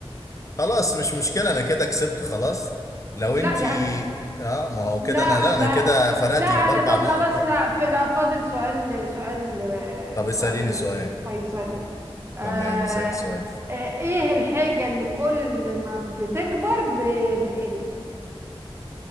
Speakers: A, on the left; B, on the right.
A: خلاص مش مشكله انا كده كسبت خلاص لو
B: <laughs> لا
A: انت
B: يا
A: اه ما هو
B: لا
A: كده انا لا
B: لا
A: انا كده فرقت
B: لا انا
A: يجي باربع
B: طب
A: نقط
B: خلاص
A: اه
B: لا في لا فاضل سؤال سؤال
A: طب اساليني
B: سؤال
A: سؤال
B: فيصلي آه
A: تمام اساليني سؤال
B: آه، ايه الحاجة اللي كل ما بتكبر ب- بتقل